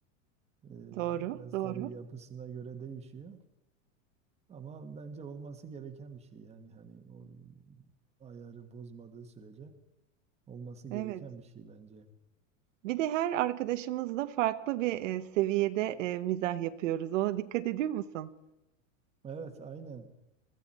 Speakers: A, on the right (about 15°); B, on the right (about 70°).
A: Ee,
B: Doğru,
A: Biraz
B: doğru.
A: tabii yapısına göre değişiyor. Ama bence olması gereken bir şey. Yani hani o ayarı bozmadığı sürece olması gereken
B: Evet.
A: bir şey bence.
B: Bir de her arkadaşımızla farklı bir e, seviyede e, mizah yapıyoruz. Ona dikkat ediyor musun?
A: Evet, aynen.